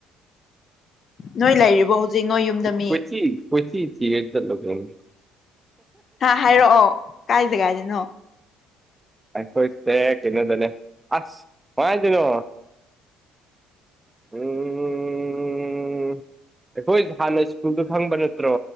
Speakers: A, on the left; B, on the right.
A: ꯅꯣꯏ ꯂꯩꯔꯤꯕꯣ ꯍꯧꯖꯤꯛ ꯅꯣꯏ ꯌꯨꯝꯗ ꯃꯤ
B: ꯀꯣꯏꯆꯤ ꯀꯣꯏꯊꯤ ꯊꯤꯔꯒ ꯆꯠꯂꯨ ꯀꯩꯟ
A: ꯍꯥ ꯍꯥꯏꯔꯛꯑꯣ ꯀꯥꯏ ꯖꯒꯥꯏꯗꯅꯣ
B: ꯑꯈꯣꯏꯁꯦ ꯀꯩꯅꯗꯅꯦ ꯑꯁ ꯀꯔꯥꯏꯗꯅꯣ ꯎꯝ ꯑꯩꯈꯣꯏ ꯍꯥꯟꯅ ꯁ꯭ꯀꯨꯜꯗꯤ ꯈꯪꯕ ꯅꯠꯇ꯭ꯔꯣ